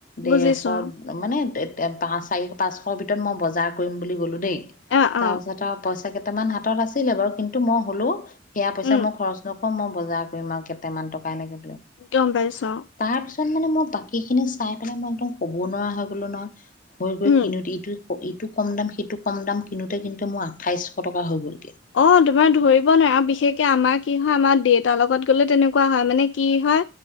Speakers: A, on the left (about 45°); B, on the left (about 75°).
A: দেৰশ
B: বুজিছো
A: মানে পাঁচ চাৰি পাঁচশ ভিতৰত মই বজাৰ কৰিম বুলি গ'লো দেই।
B: অ
A: তাৰ
B: অ
A: পিছত আও পইচা কে কেইটামান হাতত আছিলে বাৰু কিন্তু মই হ'লো সেয়া পইচা
B: উম
A: মই খৰচ নকৰো আকৌ মই বজাৰ কৰিম আ কেইটামান টকা এনেকে
B: গম পাইছো অ
A: তাৰ পিছত মানে মই বাকী খিনি চাই পেলাই মই একদম ক'ব নোৱাৰা হৈ গ'লো নহয়। বৈ গৈ
B: উম
A: কিনোত এইটো ইটো কম দাম সিটো কম দাম কিনোতে কিনোতে কিন্তু মোৰ আঠাইছশ টকা হৈ গ'ল।
B: অ তো তোমাৰ ধৰিব নোৱাৰাৰে আৰু বিশেষকে আমাৰ কি হয় আমাৰ দেউতাৰ লগত গলে তেনেকুৱা হয় মানে কি হয়